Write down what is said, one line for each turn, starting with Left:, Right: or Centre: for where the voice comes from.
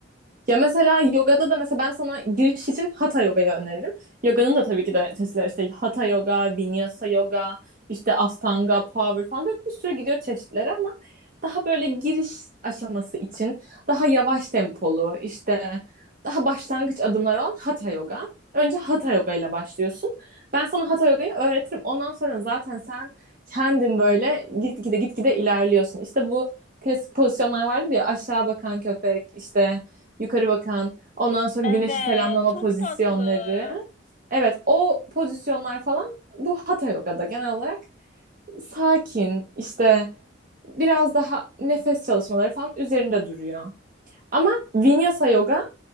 Right: Ya mesela yogada da mesela ben sana giriş için hatha yogayı öneririm. Yoganın da tabii ki de çeşitleri işte hatha yoga, vinyasa yoga, işte astanga, power falan böyle bir sürü gidiyor çeşitleri ama daha böyle giriş aşaması için daha yavaş tempolu işte daha başlangıç adımları olan hatha yoga. Önce hatha yoga ile başlıyorsun. Ben sana hatha yogayı öğretirim. Ondan sonra zaten sen kendin böyle gitgide gitgide ilerliyorsun. İşte bu klasik pozisyonlar vardı ya aşağı bakan köpek işte yukarı bakan, ondan sonra
Left: Evet,
Right: güneşi selamlama
Left: çok
Right: pozisyonları.
Left: tatlı.
Right: Evet, o pozisyonlar falan bu Hatha Yoga'da genel olarak sakin, işte biraz daha nefes çalışmaları falan üzerinde duruyor. Ama Vinyasa Yoga